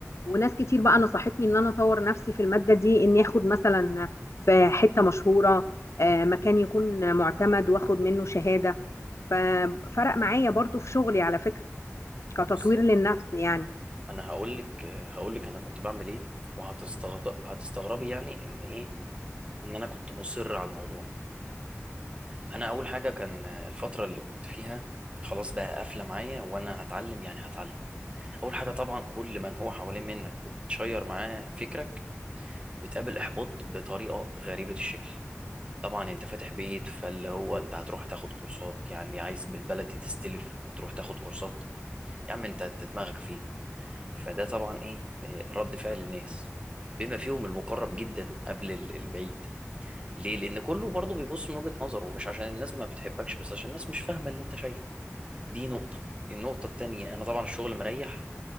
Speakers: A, on the left; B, on the right.
A: وناس كتير بقى نصحتني ان انا اطور نفسي في المادة دي اني اخد مثلا في حتة مشهورة آه، مكان يكون معتمد واخد منه شهادة ففرق معايا برضو في شغلي على فكرة كتطوير
B: بصي
A: للنفس يعني
B: انا هقول لك هقول لك انا كنت بعمل ايه وهتستغرب هتستغربي يعني ان ايه ان انا كنت مصر على الموضوع انا اول حاجة كان الفترة اللي كنت فيها خلاص بقى قافلة معايا وانا هتعلم يعني هتعلم اول حاجة طبعا كل من هو حوالين منك وبتشير معاه فكرك بتقابل احباط بطريقه غريبه الشكل طبعا انت فاتح بيت فاللي هو انت هتروح تاخد كورسات يعني عايز بالبلدي تستلف وتروح تاخد كورسات يا عم انت أنت دماغك فين فده طبعا ايه آه، رد فعل الناس بما فيهم المقرب جدا قبل ال- البعيد ليه لان كله برضه بيبص من وجهة نظره ومش عشان الناس ما بتحبكش بس عشان الناس مش فاهمه اللي انت شايفه دي نقطه النقطه التانيه انا طبعا الشغل مريح